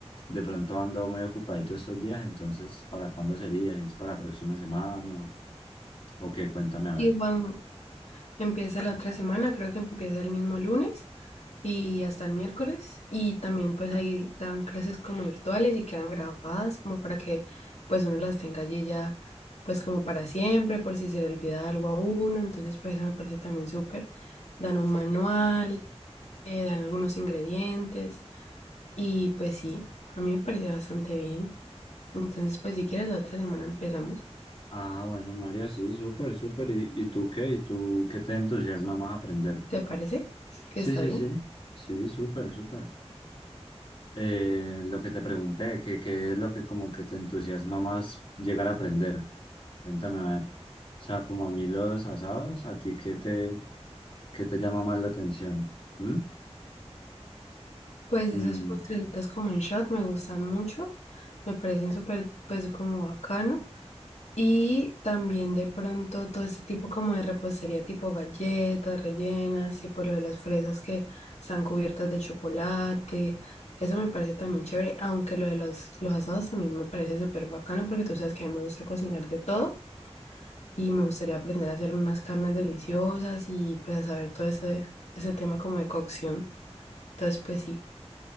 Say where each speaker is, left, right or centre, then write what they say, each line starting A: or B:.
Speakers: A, on the left; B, on the left.
A: de pronto ando muy ocupadito estos días, entonces ¿para cuándo sería? ¿Si ¿Es para la próxima semana o, o qué? Cuéntame a
B: Sí,
A: ver.
B: Juan, empieza la otra semana, creo que empieza el mismo lunes y hasta el miércoles. Y también pues ahí dan clases como virtuales y quedan grabadas como para que pues uno las tenga allí ya pues como para siempre, por si se le olvida algo a uno. Entonces pues eso me parece también súper. Dan un manual, eh, dan algunos ingredientes y pues sí, a mí me parece bastante bien. Entonces, pues si quieres, la otra semana empezamos.
A: Ah, bueno, María, sí, súper, súper. ¿Y, y tú qué? ¿Y tú qué te entusiasma más aprender?
B: ¿Te parece? Que
A: Sí,
B: está
A: sí,
B: bien.
A: sí, sí, súper, súper. eh, lo que te pregunté, que, que es lo que como que te entusiasma más llegar a aprender. Cuéntame a ver. O sea, como a mí los asados, ¿a ti qué te, qué te llama más la atención? ¿Mm?
B: Pues
A: Mm,
B: esos postrecitos como en shot me gustan mucho. Me parecen súper, pues como bacano. Y también de pronto todo este tipo como de repostería tipo galletas rellenas, tipo lo de las fresas que están cubiertas de chocolate. Eso me parece también chévere, aunque lo de los, los asados también me parece súper bacano porque tú sabes que a mí me gusta cocinar de todo. y me gustaría aprender a hacer unas carnes deliciosas y pues a saber todo ese, ese tema como de cocción. Entonces, pues sí,